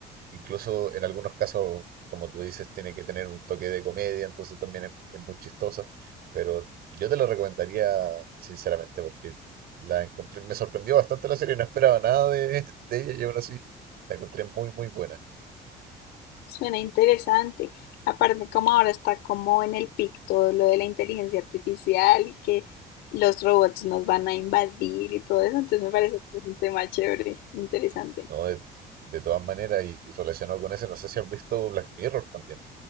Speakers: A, on the right; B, on the left.
A: Incluso en algunos casos, como tú dices, tiene que tener un toque de comedia, entonces también es, es muy chistosa. Pero yo te lo recomendaría sinceramente porque la encontré, me sorprendió bastante la serie, no esperaba nada de, <laughs> de ella y aún así la encontré muy, muy buena.
B: Suena interesante. Aparte, como ahora está como en el pic todo lo de la inteligencia artificial y que los robots nos van a invadir y todo eso, entonces me parece que es un tema chévere, interesante.
A: No, de, de todas maneras, y, y relacionado con eso, no sé si has visto Black Mirror también.